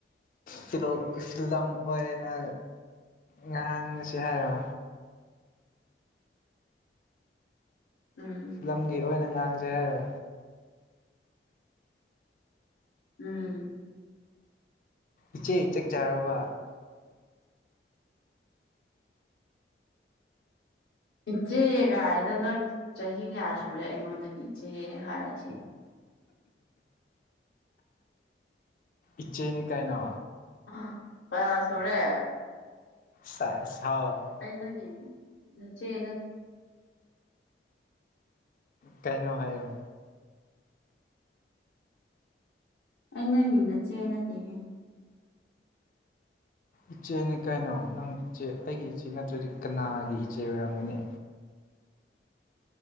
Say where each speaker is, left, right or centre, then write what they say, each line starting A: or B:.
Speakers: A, on the left; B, on the left.
A: ꯐꯤꯂꯣ ꯐꯤꯂꯝ ꯑꯣꯏꯅ ꯉꯥꯡ ꯉꯁꯤ ꯍꯥꯏꯔꯣ
B: ꯎꯝ
A: ꯂꯝꯒꯤ ꯑꯣꯏꯅ ꯉꯥꯡꯖꯦ ꯍꯥꯏꯔꯣ
B: ꯎꯝ
A: ꯏꯆꯦ ꯆꯛ ꯆꯥꯔꯕ
B: ꯏꯆꯦ ꯒꯥꯏꯅ ꯅꯪ ꯆꯍꯤ ꯀꯌꯥ ꯁꯨꯔꯦ ꯑꯩꯉꯣꯟꯗ ꯏꯆꯦ ꯍꯥꯏꯁꯦ
A: ꯏꯆꯦꯅꯤ ꯀꯩꯅꯣ
B: ꯑꯥ <unintelligible> ꯀꯌꯥ ꯁꯨꯔꯦ
A: ꯁꯦꯁ <unintelligible> ꯍꯥꯎ <unintelligible>
B: ꯑꯩ ꯅꯪꯒꯤ ꯅꯆꯦ ꯅꯠ
A: ꯀꯩꯅꯣ ꯍꯥꯏꯌꯣ
B: ꯑꯩ ꯅꯪꯒꯤ ꯅꯆꯦ ꯅꯠꯇꯦꯍꯦ
A: ꯏꯆꯦꯅꯤ ꯀꯩꯅꯣ ꯅꯪ ꯏꯆꯦ ꯑꯩꯒꯤ ꯏꯆꯦ ꯅꯠꯇ꯭ꯔꯗꯤ ꯀꯅꯥꯒꯤ ꯏꯆꯦ ꯑꯣꯏꯔꯝꯒꯅꯤ